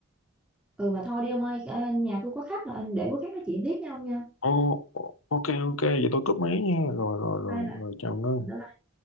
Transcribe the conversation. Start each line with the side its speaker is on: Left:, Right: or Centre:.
Centre: ừ mà thôi đi ông ơi ờ, nhà tôi có khách rồi để bữa khác nói chuyện tiếp với ông nha
Left: Ồ, ok ok vậy tôi cúp máy nha rồi rồi rồi
Centre: bye
Left: rồi chào Ngân
Centre: bye